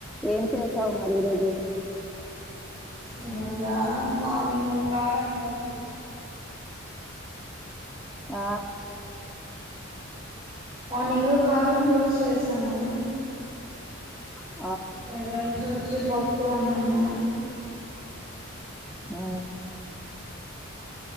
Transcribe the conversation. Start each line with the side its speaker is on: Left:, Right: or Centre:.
Centre: ఏం చేసావు మరి ఈ రోజు
Right: ఈ రోజా మార్నింగా కారం దోస
Centre: ఆ
Right: మార్నింగ్ కారం దోశ చేసాను
Centre: అ
Right: లంచ్ వచ్చి పప్పు అన్నము
Centre: ఆ